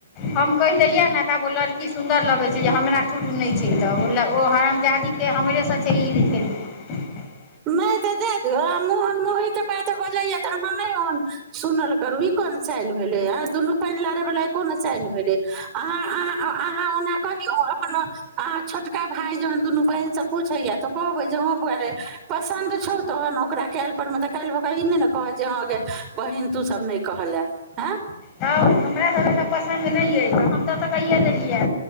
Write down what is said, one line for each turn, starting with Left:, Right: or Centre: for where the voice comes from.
Left: हम कहि देलियै ने तऽ ओ लड़की सुन्दर लगै छै जे हमरा छोटू नहि छै तऽ ओ हमरजादीके हमरे रह <inaudible>
Right: नहि ते दय दियौ आ मोहन मोह के बात बजैय त अहाँ नहि सुनल करू ई कोन चालल भेले दुनू पानि लारे वाल कोन चेन भेलय अहाँ अहाँ आ अहाँ ओना कहियौ अपन अहाँ छोटका भाय जहन दुनू बहिन से पूछैया तऽ कहबै जे हँ बआरे पसन्द छौ तहन ओकरा केलह पर मे तऽ काल्हि भऽ कऽ ई नहि ने कहत जे हँ ग बहिन तूसभ नहि कहलए हँ
Left: तब हमरा सबके तऽ पसन्द नहि अछि हम तब तऽ कहि देलियै